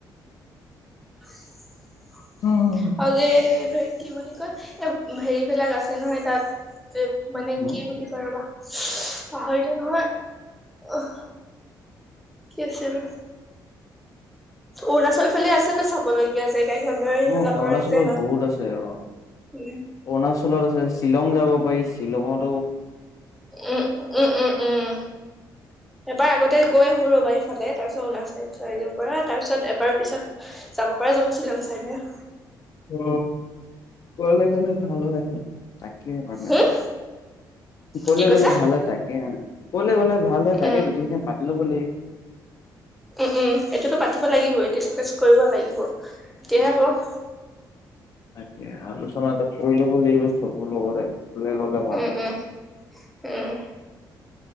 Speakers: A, in the centre; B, on the left (about 45°).
A: উ
B: উম
A: <inaudible> আৰু যে কি বুলি কয় এই হেৰিবিলাক আছে নহয় তাত মানে
B: উম
A: কি বুলি কৈ ৰবা পাহৰিলো নহয়। কি আছিল, অৰুণাচল ফালে আছেতো চাব লগীয়া জেগা সিহঁতৰ সেইবিলাকৰ
B: উম অৰুণাচলত
A: যে
B: বহুত আছে অ,
A: উম
B: অৰুণাচলত আছে শ্বিলং যাব পাৰি, শ্বিলঙত
A: উম উম উম উম উম। এবাৰ আগতে গৈ আহো ৰবা ইফালে তাৰ পিছত অৰুণাচল চাইড চাইৰ পৰা তাৰ পিছত এবাৰ পিছত যাব পৰা যাব শ্বিলং চাইড নে?
B: অ, ওপৰলে গ'লে ভাল হয় তাক কে মানে,
A: হম
B: কলে
A: কি কৈছা
B: গলে ভাল তাকে কলে গলে ভাল হৈ থাকে
A: উম
B: গোটেইখিনি পা পাতি লু বুলি
A: উম উম সেইটোতো পাতিব লাগিব ডিচকাচ কৰিব লাগিব। তেতিয়া
B: উম,
A: হব।
B: তাকে আলোচনা এটা কৰি লব লাগিব, চবৰ লগতে। ক'লে গ'লে ভাল
A: উম
B: হয়।
A: উম উম।